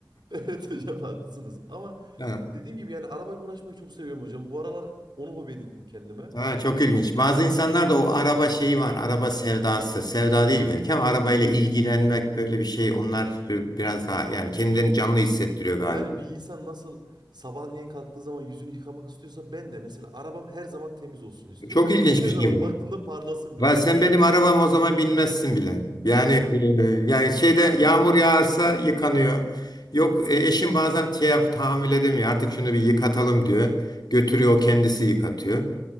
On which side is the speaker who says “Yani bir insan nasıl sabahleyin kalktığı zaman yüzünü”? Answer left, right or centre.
Right